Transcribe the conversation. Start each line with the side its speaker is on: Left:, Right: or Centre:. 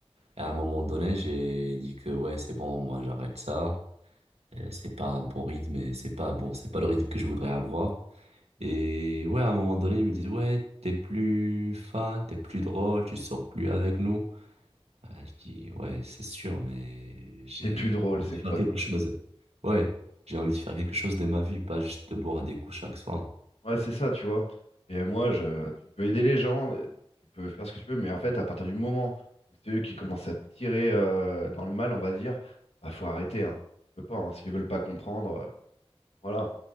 Right: Et à un moment donné, j'ai dit que ouais, c'est bon, moi j'arrête ça. Et C'est pas un bon rythme et c'est pas bon, c'est pas le rythme que je voudrais avoir. Et ouais, à un moment donné, ils me disent ouais, t'es plus fun, t'es plus drôle, tu sors plus avec nous. Ah, je dis ouais, c'est sûr, mais j'ai
Left: T'es plus drôle,
Right: envie
Left: c'est
Right: de
Left: quoi
Right: faire quelque
Left: ça?
Right: chose. Ouais, j'ai envie de faire quelque chose de ma vie, pas juste de boire des coups chaque soir.
Left: Ouais, c'est ça, tu vois. Et euh, moi, je, tu peux aider les gens, euh, tu peux faire ce que tu veux, mais en fait, à partir du moment où c'est eux qui commencent à te tirer euh, dans le mal, on va dire, bah faut arrêter, hein. Tu peux pas, hein. S'ils veulent pas comprendre, euh, voilà.